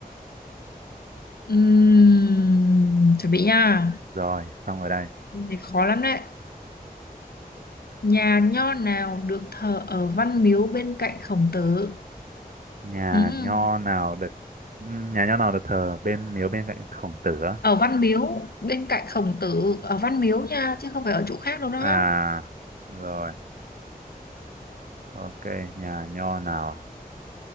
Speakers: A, on the left (about 80°); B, on the right (about 60°).
A: Ừm, chuẩn bị nha
B: Rồi, xong rồi đây.
A: Câu này khó lắm đấy nhà nho nào được thờ ở Văn Miếu bên cạnh Khổng Tử
B: Nhà
A: Ừm
B: nho nào được ừm, nhà nho nào được thờ bên miếu bên cạnh khổng tử á?
A: ở Văn Miếu bên cạnh Khổng Tử ở Văn Miếu nha chứ không phải ở chỗ khác đâu đó
B: À rồi, ok, nhà nho nào? à?